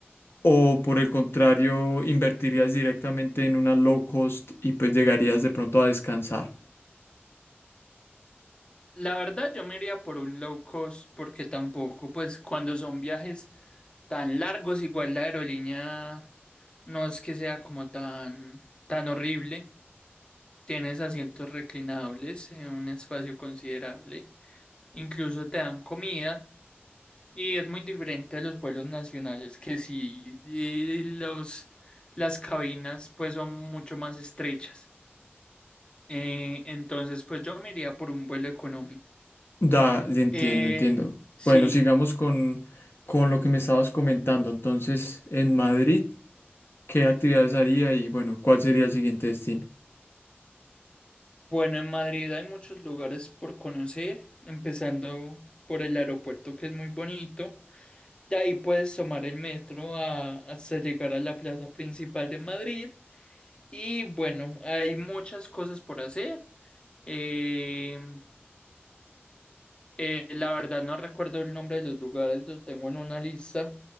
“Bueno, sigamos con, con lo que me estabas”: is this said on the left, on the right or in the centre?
Left